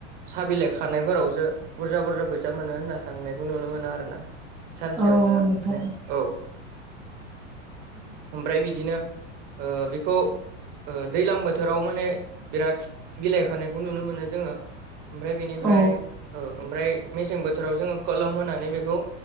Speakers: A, on the right; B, in the centre.
A: सा बिलाइ खानायफोरावसो बुरजा बुरजा फैसा मोनो होनना थांनायखौ नुनो मोनो आरोना सानसेयावनो
B: औ
A: माने
B: नोंथां
A: औ ओमफ्राय बिदिनो ओ बेखौ ओ दैलां बोथोराव माने बिराद बिलाइ खानायखौ नुनो मोनो जोङो ओमफ्राय बेनिफ्राय
B: औ
A: औ ओमफ्राय मेसें बोथोराव जोङो खोलोम होनानै बेखौ